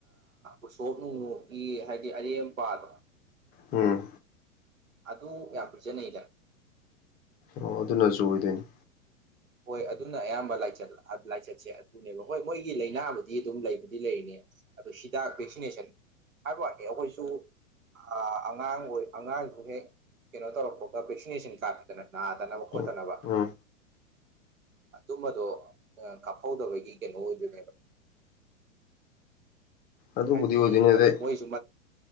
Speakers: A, on the right; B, on the left.
A: ꯎꯁꯣꯞ ꯅꯨꯡꯅꯨꯒꯤ ꯍꯥꯏꯗꯤ ꯑꯔꯦꯝꯄꯥꯗꯣ
B: ꯎꯝ
A: ꯑꯗꯨ ꯌꯥꯝ ꯄꯤꯖꯅꯩꯗ
B: ꯑꯣ ꯑꯗꯨꯅꯁꯨ ꯑꯣꯏꯗꯣꯏꯅꯤ
A: ꯍꯣꯏ ꯑꯗꯨꯅ ꯑꯌꯥꯝꯕ ꯂꯥꯏꯆꯠ ꯂꯥꯏꯆꯠꯁꯦ ꯑꯗꯨꯅꯦꯕ ꯍꯣꯏ ꯃꯣꯏꯒꯤ ꯂꯥꯏꯅꯥꯕꯨꯗꯤ ꯑꯗꯨꯝ ꯂꯩꯕꯗꯤ ꯂꯩꯔꯤꯅꯦ ꯑꯗꯨ ꯍꯤꯗꯥꯛ ꯚꯦꯛꯁꯤꯅꯦꯁꯟ ꯍꯥꯏꯕ ꯋꯥꯠꯅꯤ ꯑꯩꯈꯣꯏꯁꯨ ꯑ ꯑꯉꯥꯡ ꯑꯣꯏꯣꯏ ꯑꯉꯥꯡꯁꯨꯍꯦ ꯀꯩꯅꯣ ꯇꯧꯔꯛꯄꯒ ꯚꯦꯛꯁꯤꯅꯦꯁꯟ ꯀꯥꯞꯄꯤꯗꯅ ꯅꯥꯗꯅꯕ ꯈꯣꯠꯇꯅꯕ
B: ꯎꯝ ꯎꯝ
A: ꯑꯗꯨꯝꯕꯗꯣ ꯀꯥꯞꯍꯧꯗꯕꯒꯤ ꯀꯩꯅꯣ ꯑꯣꯏꯗꯣꯏꯅꯦꯕ
B: ꯑꯗꯨꯕꯨꯗꯤ
A: ꯍꯥꯏꯗꯤ
B: ꯑꯣꯏꯗꯣꯏꯅꯦ
A: ꯃꯇꯝ
B: ꯑꯗꯩ
A: ꯃꯣꯏꯁꯨ